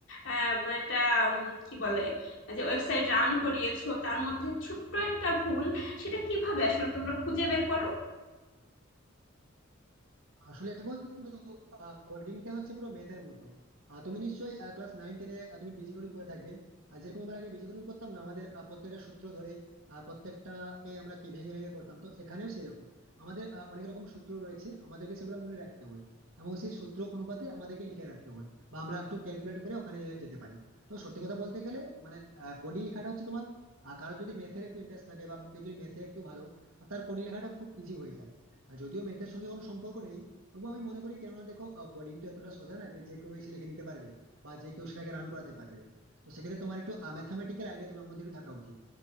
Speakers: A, on the left; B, on the right.
A: আহ, মানে একটা উম, কি বলে যে ওয়েবসাইট রান করিয়েছো তার মধ্যে ছোট্ট একটা ভুল সেটা কিভাবে আসলে তোমরা খুঁজে বের করো
B: আসলে বন্ধু কোডিংটা হচ্ছে পুরো ম্যাথের মতো আহ, তুমি নিশ্চয়ই ক্লাস নাইন টেনে তুমি বীজগণিত করে থাকবে আর যেরকম আমরা আগে বীজগণিত করতাম না আমাদের আহ, প্রত্যেকটা সূত্র ধরে আহ, প্রত্যেকটাকে আমরা কি ভেঙে ভেঙে করতাম তো এখানেও সেরকম আমাদের আহ, অনেক রকম সূত্র রয়েছে আমাদেরকে সেগুলো মনে রাখতে হয় এবং সেই সূত্র অনুপাতে আমাদেরকে লিখে রাখতে হয় বা আমরা একটু ক্যালকুলেট করে ওখানে যেতে পারি তো সত্যি কথা বলতে গেলে মানে কোডিং লেখাটা হচ্ছে তোমার আহ, কারোর যদি ম্যাথের একটু ইন্টারেস্ট থাকে বা কেউ যদি ম্যাথে একটু ভালো তার কোডিং লেখাটা খুব ইজি হয়ে যায় আর যদিও ম্যাথের সঙ্গে কোনো সম্পর্ক নেই তবুও আমি মনে করি কেননা দেখো কোডিং তো এতটা সোজা না যে যে কেউ এসে লিখে নিতে পারবে বা যে কেউ সেটাকে রান করাতে পারবে তো সেক্ষেত্রে তোমার একটু ম্যাথামেটিক্যাল আইডিয়া তোমার মধ্যে একটু থাকা উচিত